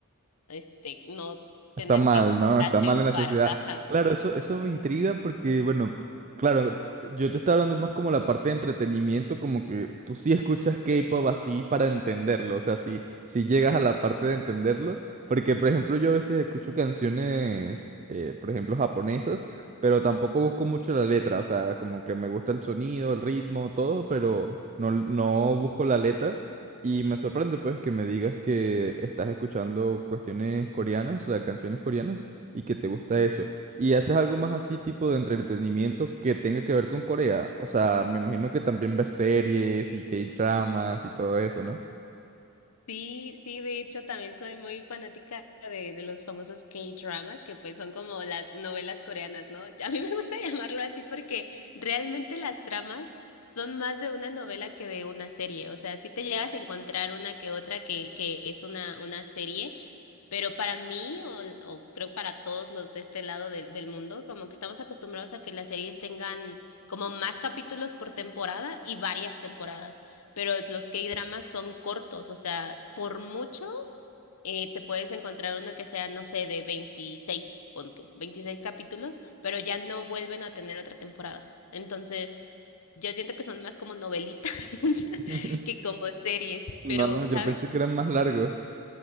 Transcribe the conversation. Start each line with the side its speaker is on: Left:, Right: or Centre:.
Left: este, no
Right: Está
Left: tener
Right: mal,
Left: tiempo
Right: ¿no?
Left: para
Right: Está
Left: triunfar.
Right: mal en la sociedad.
Left: Ajá.
Right: Claro, Eh, eso, eso me intriga porque, bueno, claro, yo te estaba hablando más como la parte de entretenimiento, como que tú sí escuchas K-pop así para entenderlo, o sea, si, si llegas a la parte de entenderlo, porque, por ejemplo, yo a veces escucho canciones, eh, por ejemplo, japonesas, pero tampoco busco mucho la letra, o sea, como que me gusta el sonido, el ritmo, todo, pero no, no busco la letra. Y me sorprende pues que me digas que estás escuchando cuestiones coreanas, o sea, canciones coreanas, y que te gusta
Left: <laughs>
Right: eso. ¿Y haces algo más así tipo de entretenimiento que tenga que ver con Corea? O sea, me imagino que también ves series y K-dramas y todo eso, ¿no?
Left: Sí, sí, de hecho también soy muy fanática de, de los famosos K-dramas, que pues son como las novelas coreanas, ¿no? A mí me gusta <laughs> llamarlo así porque realmente las tramas son más de una novela que de una serie, o sea, sí te llegas a encontrar una que otra que, que es una, una serie, pero para mí, o, o creo para todos los de este lado del, del mundo, como que estamos acostumbrados a que las series tengan como más capítulos por temporada y varias temporadas, pero los K-dramas son cortos, o sea, por mucho eh, te puedes encontrar uno que sea, no sé, de 26 pon tú, 26 capítulos, pero ya no vuelven a tener otra temporada. Entonces, yo siento que son más como novelitas <laughs>
Right: <laughs>
Left: que como series,
Right: No,
Left: pero,
Right: yo
Left: ¿sabes?
Right: pensé que eran más largos.